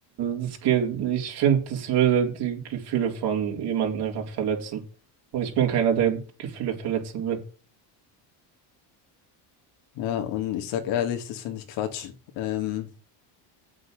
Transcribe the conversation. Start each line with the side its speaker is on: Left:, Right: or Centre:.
Right: Das geht, ich finde, das würde die Gefühle von jemandem einfach verletzen. Und ich bin keiner, der Gefühle verletzen will.
Left: Ja, und ich sag ehrlich, das finde ich Quatsch. Ähm,